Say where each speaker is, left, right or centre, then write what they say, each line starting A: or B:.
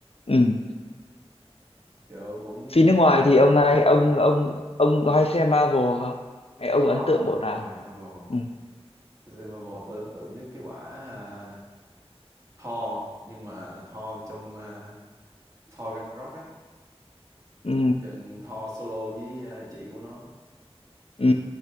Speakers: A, on the left (about 65°); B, on the right (about 30°).
A: ừ.
B: kiểu cũng
A: phim nước ngoài thì ông hay ông ông ông có hay xem Marvel không hay ông
B: có
A: ấn tượng bộ nào
B: ngoài Marvel
A: ừ
B: tôi xem Marvel tôi ấn tượng nhất cái quả à, Thor nhưng mà Thor trong à, Thor Ragnarok á
A: ừ
B: trận Thor solo với à, chị của nó
A: ừ